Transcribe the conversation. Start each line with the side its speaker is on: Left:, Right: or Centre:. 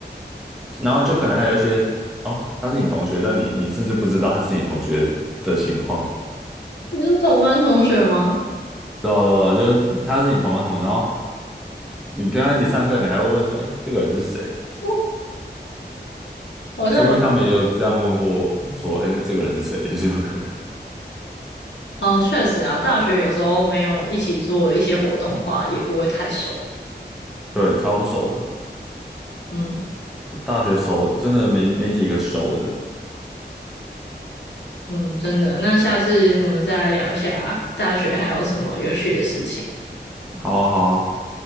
Centre: 然后就可能还有一些，哦，他是你同学，但你你甚至不知道他是你同学的情况。
Left: 你是同班同学吗？
Centre: 对啊，对啊，对啊就是他是你同班同学，然后你跟他一起上课，你还会问说，哎，这个人是谁？
Left: <laughs> 好像蛮……
Centre: 说不定他们也有这样问过我说，哎，这个人是谁，<laughs> 也是有可能。
Left: 哦，确实啊，大学有时候没有一起做一些活动的话，也不会太熟。
Centre: 对，超不熟的，
Left: 嗯。
Centre: 大学熟真的没没几个熟的。
Left: 嗯，真的。那下次我们再来聊一下大学还有什么有趣的事情。
Centre: 好啊，好啊。